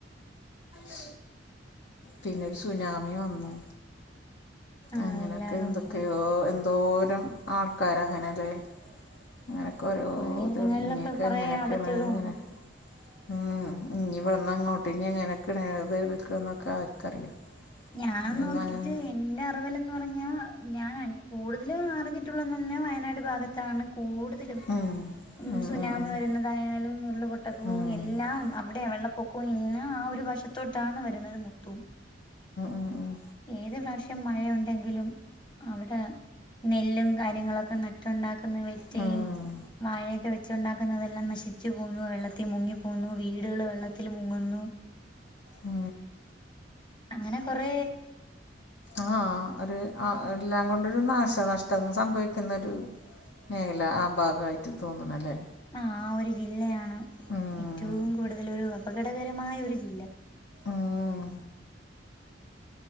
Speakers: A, on the left; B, on the left.
A: ശ് പിന്നൊരു സുനാമി വന്നു.
B: ആഹ്
A: അങ്ങനൊക്കെ
B: എല്ലായിടവും
A: എന്തൊക്കെയോ എന്തോരം ആൾക്കാര അങ്ങനെല്ലേ. അങ്ങനൊക്കെ ഓരോ
B: കൊറേ ഇടങ്ങളിലൊക്കെ
A: തുടങ്ങി ഇനിയൊക്കെ
B: കൊറേ
A: ഇങ്ങനൊക്കെണ്
B: ആപത്തുകൾ
A: ഇങ്ങനെ
B: വന്നു
A: ഉം ഇനി ഇവിടെന്ന് അങ്ങോട്ട് ഇനി എങ്ങനൊക്കെണ് ഏത് എടുക്ക എന്നൊക്കെ ആർക്കറിയാം.
B: ഞാം
A: ഇനി
B: നോക്കിട്ട്
A: ഒന്നും അങ്ങനെ
B: എന്റെ അറിവിലന്ന് പറഞ്ഞാ ഞാൻ കൂടുതൽ അറിഞ്ഞിട്ടുള്ളെന്നറഞ്ഞാ വയനാട് ഭാഗത്താണ് കൂടുതലും.
A: ഉം
B: ഉ
A: ഉം
B: സുനാമി
A: ഉം
B: വരുന്നതായാലും ഉരുള്പൊട്ടക്കവും
A: ഉം ഉം
B: എല്ലാം അവിടെ വെള്ളപ്പൊക്കവും എല്ലാം ആ ഒരു വശ തൊട്ടാണ് വരുന്നത് മൊത്തോം.
A: ഉം ഉം
B: ഏത് പ്രാവശ്യം മഴയുണ്ടെങ്കിലും അവിടെ നെല്ലും കാര്യങ്ങളൊക്കെ നട്ടുണ്ടാക്കുന്ന വെറ്റയും
A: ഉം
B: വാഴയൊക്കെ വെച്ചുണ്ടാക്കുന്നതെല്ലാം നശി ച്ച് പോന്നു, വെള്ളത്തി മുങ്ങിപ്പോവുന്നു വീടുകൾ വെള്ളത്തിൽ മുങ്ങുന്നു.
A: ആ
B: അങ്ങനെ കൊറെ
A: ആഹ് ഒരു ആ എല്ലാം കൊണ്ടരു നാശ നഷ്ടം സംഭവിക്കുന്നൊരു മേഖല ആ ഭാഗായിട്ട് തോന്നണല്ലേ.
B: ആ ആ ഒരു ജില്ലയാണ്
A: ഉം
B: ഏറ്റവും കൂടുതൽ ഒരു അപകടകരമായ ഒരു ജില്ല.
A: ഉം